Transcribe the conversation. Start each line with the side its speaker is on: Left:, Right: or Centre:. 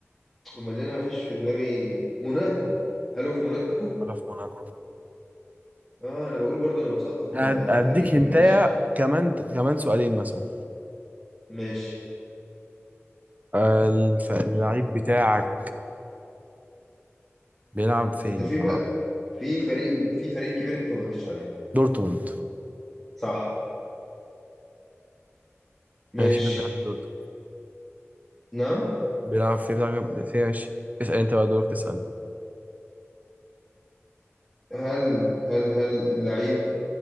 Centre: أمال اللي أنا مفيش في دماغي موناكو هل هو في موناكو؟
Right: ولا في موناكو
Centre: آه أنا بقول برضو أنا مسقط بفريق
Right: هد- هديك هنتايا
Centre: ماشي
Right: كمان كمان سؤالين مثلا
Centre: ماشي
Right: آه، الف- اللعيب
Centre: أه...
Right: بتاعك بيلعب فين؟
Centre: أنت في بقى
Right: آه،
Centre: في فريق في فريق كبير انت ما قلتش عليه
Right: دورتموند
Centre: صح ماشي
Right: ماشي بيلعب في دورتموند.
Centre: نعم
Right: بيلعب في بيلعب في ماشي اسأل انت بقى دورك تسأل
Centre: هل هل هل اللعيب